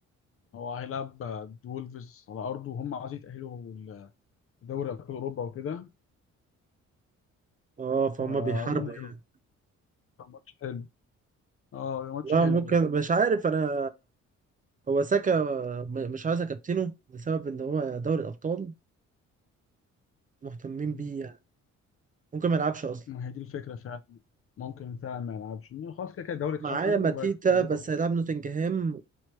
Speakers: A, on the left; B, on the right.
A: هو هيلعب آه، وولفز على ارضه وهم عايزين يتاهلوا لدوري ابطال اوروبا وكده
B: أه فهم
A: فاظن
B: بيحاربوا
A: هيبقى
B: يعني
A: ماتش حلو اه هيبقى ماتش
B: لا
A: حلو
B: ممكن
A: يعني
B: مش عارف أنا هو ساكا م- مش عايز اكابتنه لسبب ان هو دوري الابطال مهتمين
A: مم.
B: بيه يعني ممكن ما يلعبش اصلا
A: ما هي دي الفكره فعلا ممكن فعلا ما يلعبش إنه خلاص كده كده الدوري اتحسم
B: معايا ماتيتا
A: وبقت ليفربول
B: بس هيلعب نوتنجهام